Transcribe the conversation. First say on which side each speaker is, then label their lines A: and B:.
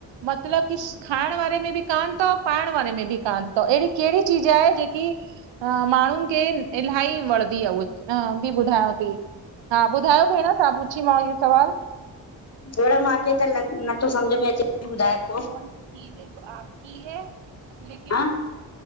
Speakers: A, on the right (about 70°); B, on the left (about 35°).
A: मतलब कि खाइण वारे में बि कान तव पाइण वारे में बि कान तव एड़ी केड़ी चीज आहे जेकी ह माण्हुन खे इलाही वणंदी आह उहा भी ॿुधायांवती। हा, ॿुधायो भेण तां पुछीमांव इयो सवाल।
B: भेण मांखे त नथो सम्झ में अचे। ॿुधाए
A: ऐसी
B: को
A: कौन सी चीज जो आपकी है, लेकिन
B: हा